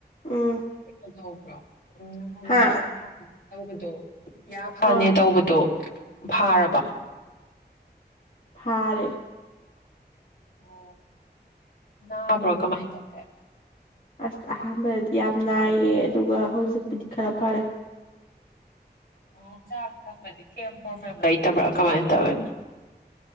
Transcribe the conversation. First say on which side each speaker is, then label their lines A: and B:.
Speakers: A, on the left; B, on the left.
A: ꯎꯝ
B: ꯀꯩꯅꯣ ꯇꯧꯕ꯭ꯔꯣ ꯎ ꯅꯍꯥꯟꯒꯌꯥ
A: ꯍꯥ
B: ꯐꯥ ꯇꯧꯕꯗꯣ ꯌꯥ ꯐꯅꯦ
A: ꯑꯥ
B: ꯇꯧꯕꯗꯣ ꯐꯥꯔꯕ
A: ꯊꯥꯔꯦ
B: ꯑꯣ ꯅꯕꯔꯣ ꯀꯃꯥꯏ ꯇꯧꯒꯦ
A: ꯑꯁ ꯑꯍꯥꯟꯕꯗꯗꯤ ꯌꯥꯝ ꯅꯥꯏꯌꯦ ꯑꯗꯨꯒ ꯍꯧꯖꯤꯛꯄꯨꯗꯤ ꯈꯔ ꯐꯔꯦ
B: ꯑꯣ ꯆꯥꯕ ꯊꯛꯄꯗꯤ ꯀꯌꯦꯝ ꯄ꯭ꯔꯣꯕ꯭ꯂꯦꯝ ꯂꯩꯇꯕ꯭ꯔꯥ ꯀꯃꯥꯏꯟ ꯇꯧꯋꯤ